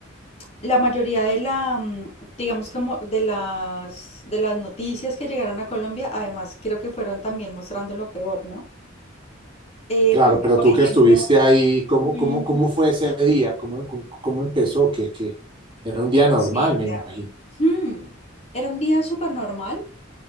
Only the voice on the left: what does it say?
la mayoría de la, mm, digamos como de las, de las noticias que llegaron a Colombia, además creo que fueron también mostrando lo peor, ¿no? Eh,
porque,
por
ejemplo,
ujú,
sí, mira,
ujú, era un día súper normal,